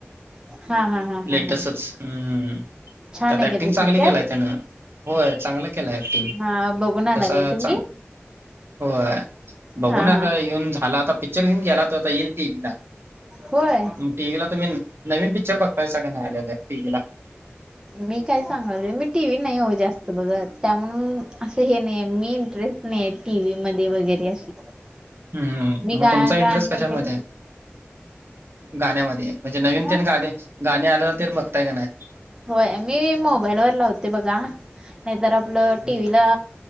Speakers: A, on the right; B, on the right.
A: हा हा हा हा
B: लेटेस्टच
A: हा
B: हम् त्यात
A: छान आहे का
B: ऍक्टिंग
A: ते
B: चांगली
A: पिक्चर
B: केलाय त्यानं. होय चांगला केलाय एकटींग
A: हा बघून आला
B: तस
A: काय तुम्ही
B: चां हो बघू
A: हा
B: आलोय
A: हा
B: येऊन झाला आता पिक्चर येऊन गेला तो आता येईल टिव्ही ला.
A: होय
B: टिव्ही ला तुम्ही नवीन पिक्चर बघतायसा की नाही टिव्ही ला!
A: मी काय सांगालोयमी टी व्ही नाही हो जास्त बघत त्या म्हणून असं हे नाही मी इंटरेस्ट नाही टी व्ही मध्ये वगैरे अशी.
B: हम्
A: मी
B: मग
A: गा
B: तुमचा इंटरेस्ट
A: गाणी
B: कशामध्ये
A: वगैरे
B: आहे. गाण्यामध्ये म्हणजे नवीन
A: हा
B: तेन गाणे गाणी आलेला ते बघताय का नाही?
A: होय मी मोबाईलवर लावते बघा नाहीतर आपलं
B: हम्म
A: टी व्हीला